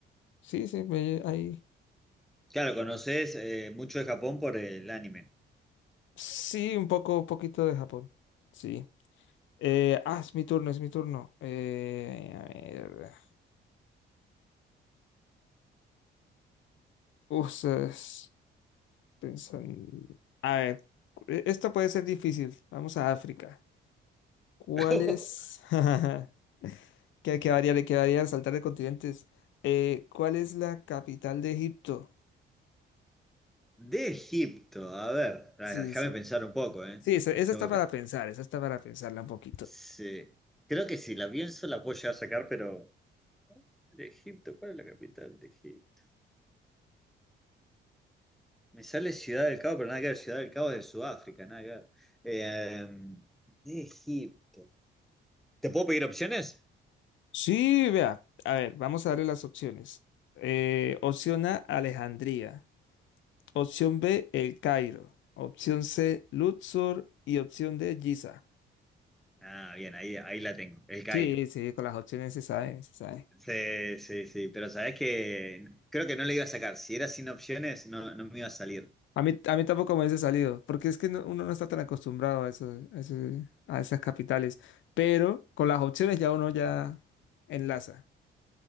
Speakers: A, on the left (about 75°); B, in the centre.
A: sí, sí, me- ahí.
B: Claro, conoces eh, mucho de Japón por el anime.
A: Sí, un poco, un poquito de Japón. Sí. Eh, ah, es mi turno, es mi turno. Eh, a ver. Uf, es- pensan- A ver, e- esto puede ser difícil. Vamos a África. ¿Cuál
B: <laughs>
A: es? <laughs> ¿Qué quedaría? Le quedaría saltar de continentes. Eh, ¿cuál es la capital de Egipto?
B: De Egipto, a ver, ah,
A: Sí,
B: déjame
A: sí.
B: pensar un poco, ¿eh?
A: Sí, esa, esa
B: Tengo
A: está para
B: que pe-
A: pensar, esa está para pensarla un poquito.
B: Sí. Creo que si la pienso la puedo llegar a sacar, pero... De Egipto, ¿cuál es la capital de Egipto? Me sale Ciudad del Cabo, pero nada que ver, Ciudad del Cabo es de Sudáfrica, nada que ver. Eh, de Egipto. ¿Te puedo pedir opciones?
A: Sí, vea. A ver, vamos a darle las opciones. Eh, opción A, Alejandría. Opción B, El Cairo. Opción C, Luxor. Y opción D, Giza.
B: Ah, bien, ahí, ahí la tengo, el Cairo.
A: Sí, sí, con las opciones se sabe, se sabe.
B: Sí, sí, sí, pero sabes que creo que no le iba a sacar. Si era sin opciones, no, no me iba a salir.
A: A mí, a mí tampoco me hubiese salido, porque es que no- uno no está tan acostumbrado a eso, a ese- a esas capitales. Pero con las opciones ya uno ya enlaza.